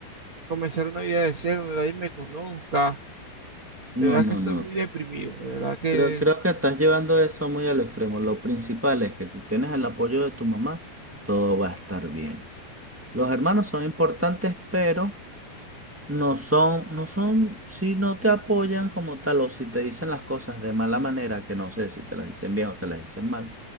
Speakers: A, on the right; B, in the centre.
A: comenzar una vida de cero, donde nadie me conozca.
B: No,
A: De verdad
B: no,
A: que estoy
B: no.
A: muy deprimido, de verdad que,
B: Creo, creo que estás llevando eso muy al extremo. Lo principal es que si tienes el apoyo de tu mamá, todo va a estar bien. Los hermanos son importantes, pero no son, no son, si no te apoyan como tal o si te dicen las cosas de mala manera, que no sé si te las dicen bien o te las dicen mal.